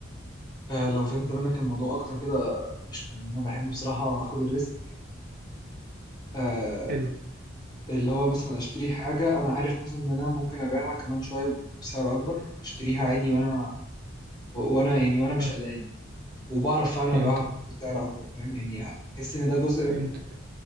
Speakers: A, on the left; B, on the right.
A: آه، لو فهمت منك الموضوع اكتر كده قشطه يعني انا بحب بصراحه اخد الريسك آه
B: حلو
A: اللي هو مثلا اشتري حاجه انا عارف مثلا ان انا ممكن ابيعها كمان شويه بسعر اكبر اشتريها عادي وانا و- وانا يعني وانا مش
B: فاهم-
A: قلقان وبعرف فعلا
B: فهمتك
A: ابيعها بسعر اكتر فاهم يعني بحس ان ده جزء
B: فهمتك